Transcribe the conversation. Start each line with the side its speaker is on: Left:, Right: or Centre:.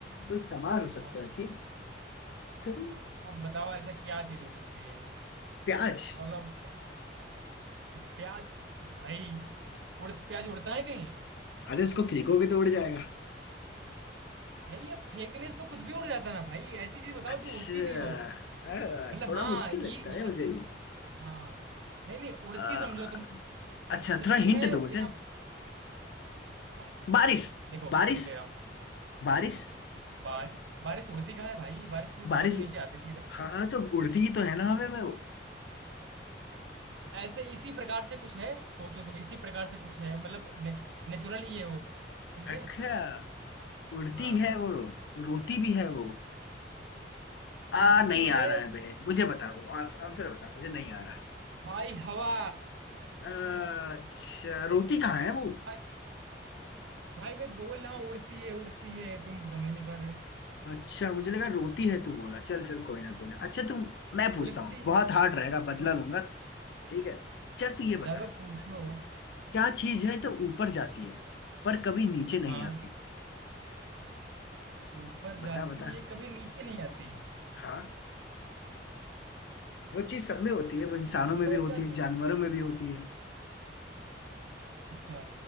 Left: कोई सामान हो
Right: आ,
Left: सकता है ठीक तो
Right: अब बताओ ऐसा क्या चीज हो सकती है
Left: प्याज
Right: मतलब प्याज भाई उड़ प्याज उड़ता है कहीं
Left: अरे उसको फेंकोगे तो उड़ जाएगा
Right: भाई अब फेंकने से तो कुछ भी उड़ जाता है ना भाई ऐसी चीज बताओ
Left: अच्छा
Right: जो उड़ती भी हो
Left: अ,
Right: मतलब
Left: थोड़ा
Right: हाँ
Left: मुश्किल
Right: ये
Left: लगता
Right: ये
Left: है मुझे ये
Right: हाँ नहीं नहीं उड़ती
Left: अ,
Right: समझो तुम
Left: अच्छा
Right: उड़ती
Left: थोड़ा हिंट
Right: है
Left: दो मुझे
Right: बिना पंख
Left: बारिश
Right: देखो
Left: बारिश
Right: वो दे रहा हूँ
Left: बारिश
Right: बारिश बारिश उड़ती कहाँ है भाई बारिश तो
Left: बारिश
Right: ऊपर से नीचे आती है सीधा
Left: हाँ हाँ, तो उड़ती ही तो है ना हवा में वो
Right: ऐसे इसी प्रकार से कुछ है सोचो तुम इसी प्रकार से कुछ है मतलब नेच, नेचुरल ही है वो समझे
Left: अच्छा उड़ती
Right: हाँ
Left: है
Right: हाँ
Left: वो रोती भी है वो आ
Right: उड़ती
Left: नहीं आ
Right: है
Left: रहा है बे मुझे बता दो आंस- आंसर बता मुझे नहीं आ रहा
Right: भाई हवा
Left: अच्छा रोती कहाँ है वो
Right: भाई, भाई मैं बोल रहा हूँ उड़ती है उड़ती है तुम समझ नहीं पा रहे हो
Left: अच्छा मुझे लगा रोती है तू बोला चल चल कोई ना कोई ना अच्छा तू मैं
Right: उड़ती
Left: पूछता हूँ बहुत हार्ड रहेगा बदला
Right: उड़
Left: लूंगा ठीक है चल तू ये
Right: चलो
Left: बता
Right: पूछो
Left: क्या चीज है तो ऊपर जाती है पर कभी नीचे नहीं
Right: हाँ
Left: आती
Right: ऊपर
Left: बता
Right: जाती
Left: बता
Right: है कभी नीचे नहीं आती
Left: हाँ वो चीज सब में होती है वो इंसानों
Right: ऊपर
Left: में भी होती
Right: जाती
Left: है जानवरों में भी होती है
Right: अच्छा